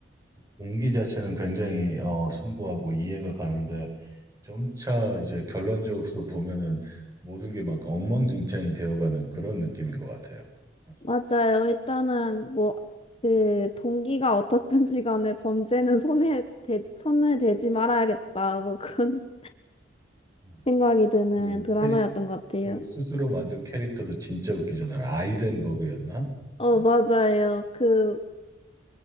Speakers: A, on the right (about 20°); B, on the left (about 30°).
A: 동기 자체는 굉장히 어, 숭고하고 이해가 가는데 점차 이제 결론적으로 <laughs> 보면은 모든 게 막 엉망진창이 되어가는 그런 느낌인 것 같아요. 어.
B: 맞아요. 일단은 뭐, 그,
A: 음,
B: 동기가 어떻든지 간에 범죄는 손에 대, 손을 대지 말아야겠다. 뭐 그런 <laughs>
A: 음,
B: 생각이 드는
A: 음.
B: 드라마였던
A: 그
B: 것 같아요.
A: 그 스스로 만든 캐릭터도 진짜 웃기잖아요. 아이젠버그였나?
B: 어,
A: 어.
B: 맞아요.
A: 네.
B: 그,